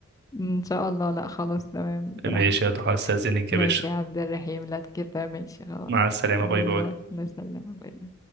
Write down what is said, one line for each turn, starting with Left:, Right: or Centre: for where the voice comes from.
Left: ان شاء الله لا خلاص تمام
Right: ماشي
Left: براحتك
Right: يا ضحى استاذنك
Left: ماشي
Right: يا باشا
Left: يا عبد الرحيم لا تكتر ماشي خلاص
Right: مع السلامه
Left: باي
Right: باي باي
Left: باي الله يسلمك باي باي